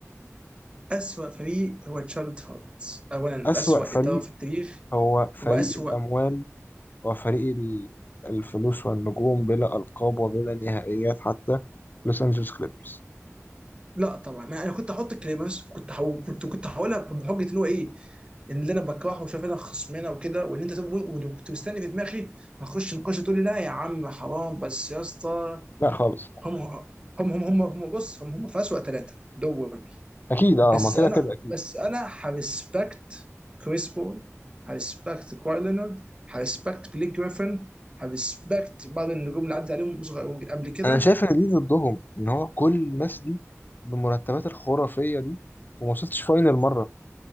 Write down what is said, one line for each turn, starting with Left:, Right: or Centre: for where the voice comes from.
Right: اسوأ فريق هو تشارلوت هورنتس اولا
Left: أسوأ
Right: اسوأ
Left: فريق
Right: اداره في التاريخ
Left: هو فريق
Right: واسوأ
Left: الأموال وفريق ال- الفلوس والنجوم بلا ألقاب وبلا نهائيات حتى لوس أنجلوس كليبرز
Right: لا طبعا انا أنا كنت هحط كليبرز كنت هو... كنت كنت هقولها بح- بحجه ان هو ايه ان اللي انا بكرهه وشايف انا خصمنا وكده وان انت تقول- وكنت مستني في دماغي هخش نقاش تقول لي لا يا عم حرام بس يا اسطى
Left: لا خالص
Right: هم هم هم هم, هم بص هم هم في اسوء ثلاثه دوري
Left: أكيد اه
Right: بس
Left: ما كده
Right: انا
Left: كده أكيد
Right: بس انا هريسبكت كريس بول هريسبكت كواي لينارد هريسبكت بليك جريفن هريسبكت بعض النجوم اللي عدت عليهم صغير- قبل كده
Left: أنا شايف إن دي ضدهم إن هو كل الناس دي بالمرتبات الخرافية دي وما وصلتش فاينل مرة